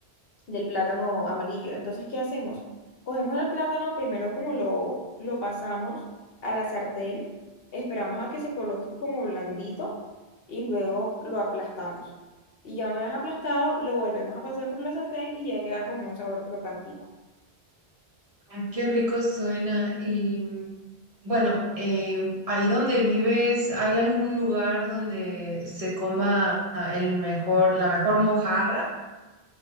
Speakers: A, on the left; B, on the right.
A: del plátano amarillo. Entonces, ¿qué hacemos? Cogemos el plátano, primero como lo, lo pasamos a la sartén, esperamos a que se coloque como blandito y luego lo aplastamos. Y ya una vez aplastado, lo volvemos a pasar por la sartén y ya queda como un sabor crocantico.
B: Ay, Qué rico suena. Y bueno, eh, ahí donde vives, ¿hay algún lugar donde se coma el mejor, la mejor mojarra?